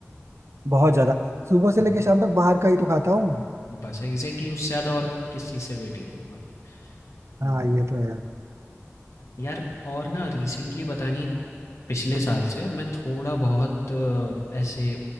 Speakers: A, on the right; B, on the left.
A: बहुत ज्यादा सुबह से
B: हाँ
A: लेके शाम तक बाहर का ही तो खाता हूँ
B: बस एग्जैक्टली उससे ज्यादा और किस चीज़ से वेट गेन होगा हम्म
A: हाँ ये तो है यार
B: यार और ना रिसेंटली पता नहीं पिछले साल से मैं थोड़ा बहुत अ, ऐसे